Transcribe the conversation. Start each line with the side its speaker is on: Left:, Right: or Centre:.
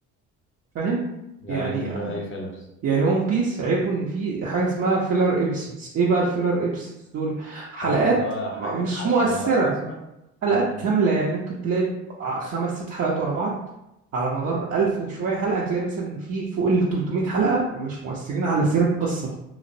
Right: فاهم
Left: يعني
Right: يعني
Left: إيه من غير اي فيلرز
Right: يعني ون بيس عيبه ان في حاجه اسمها فيلر ابيسودز ايه بقى الفيلر ابيسودز دول حلقات
Left: اه اللي هو حاجه
Right: م- مش
Left: حشو
Right: مؤثره
Left: ملهاش لازمه
Right: حلقات
Left: امم
Right: كامله يعني ممكن تلاقي ع- خمس ست حلقات ورا بعض على مدار ألف وشويه حلقه هتلاقي مثلا في فوق ال 300 حلقه مش مؤثرين على سير القصه